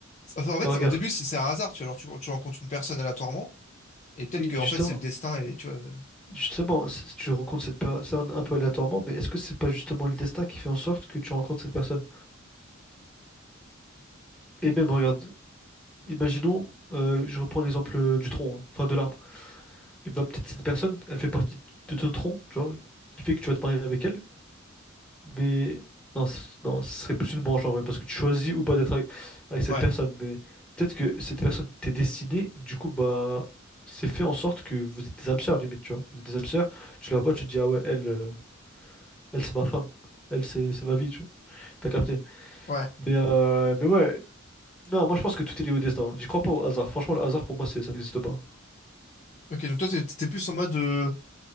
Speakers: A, on the left; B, in the centre.
A: enfin, en fait,
B: bah,
A: ça-
B: regarde,
A: au début, c'est c'est un hasard, tu vois. Alors, tu, tu rencontres une personne aléatoirement, et peut-être
B: oui,
A: que,
B: mais
A: en
B: justement,
A: fait, c'est le destin, et tu vois. euh,
B: justement, si si tu rencontres cette personne un peu aléatoirement, mais est-ce que c'est pas justement le destin qui fait en sorte que tu rencontres cette personne? Et
A: Donc,
B: même, regarde, imaginons, euh, je reprends l'exemple euh, du tronc, hein, enfin de l'arbre. Et bah peut-être cette personne, elle fait partie de ton tronc, genre, qui fait que tu vas te marier avec elle. Mais non, c- non, ce serait plus une branche en vrai, parce que tu choisis ou pas d'être avec, avec cette
A: ouais.
B: personne. Mais peut-être que cette personne t'est destinée, et du coup, bah, c'est fait en sorte que vous êtes des âmes sœurs, limite, tu vois. Vous êtes des âmes sœurs, tu la vois, tu te dis, ah ouais, elle, euh, elle c'est ma femme. Elle, c'est c'est ma vie, tu vois. T'as capté.
A: Ouais.
B: Mais, euh, mais ouais, non, moi je pense que tout est lié au destin. J'y crois pas au hasard. Franchement, le hasard, pour moi, c'est- ça n'existe pas.
A: Ok, donc toi, t'es t'es plus en mode. euh,